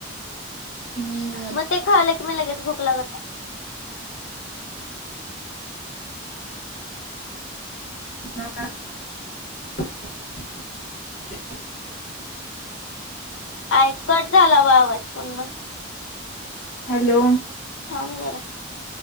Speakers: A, on the left; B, on the left.
A: हं.
B: म ते खालं की मग लगेच भूक लागत नाही.
A: <inaudible> <inaudible>
B: आय कट झाला व आवाज पून्हा.
A: हॅलो,
B: थांब जरा